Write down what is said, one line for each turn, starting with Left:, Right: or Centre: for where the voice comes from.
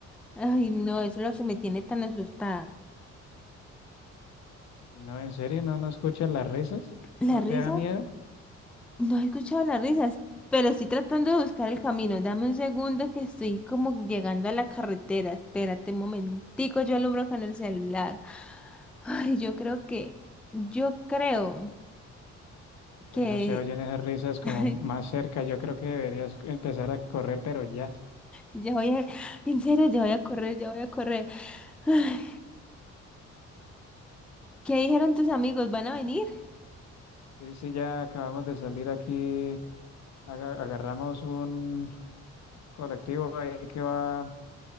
Centre: Ay, no, eso es lo que me tiene tan asustada.
Left: No, en serio, no, no escuchas las risas,
Centre: ¿La
Left: no
Centre: risa?
Left: te da miedo.
Centre: No he escuchado las risas, pero estoy tratando de buscar el camino. Dame un segundo que estoy como llegando a la carretera. Espérate un momentico, yo alumbro con el celular. Ay, yo creo que, yo creo. que
Left: Uy, no se oyen esas risas como
Centre: <laughs>
Left: más cerca. Yo creo que deberías empezar a correr, pero ya.
Centre: ya voy a, en serio, ya voy a correr, ya voy a correr. Ay, ¿Qué dijeron tus amigos? ¿Van a venir? <laughs>
Left: Sí, sí, ya acabamos de salir aquí. aga- Agarramos un colectivo ahí que va